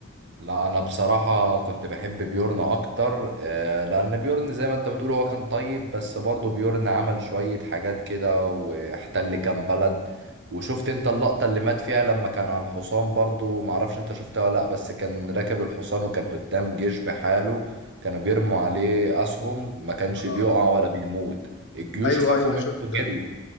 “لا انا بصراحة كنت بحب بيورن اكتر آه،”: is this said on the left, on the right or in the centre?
Right